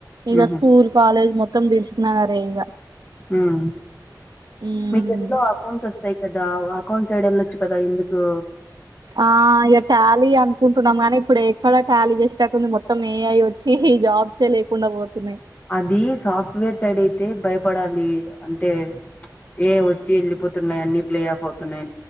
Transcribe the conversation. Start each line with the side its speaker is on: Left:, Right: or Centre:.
Right: ఇగ
Left: ఉహు
Right: స్కూల్ కాలేజ్ మొత్తం దిల్సుఖ్నగర్ నే ఇగ
Left: మ్
Right: మ్
Left: మీకు ఎట్లా అకౌంట్స్ వస్తాయి కదా వ అకౌంట్ సైడ్ ఎళ్ళోచ్చు కదా ఎందుకు
Right: ఆ ఇగ ట్యాలీ అనుకుంటున్నాం గానీ ఇప్పుడు ఎక్కడ ట్యాలీ చేసేటట్టుంది మొత్తం ఏఐ వచ్చి ఈ జాబ్సే లేకుండా పోతున్నాయ్
Left: అది సాఫ్ట్వేర్ సైడ్ అయితే భయపడాలి అంటే ఏ వచ్చి వెళ్ళిపోతున్నాయ్ అన్నిీ ళ్ళే ఆఫ్ అవుతున్నాయ్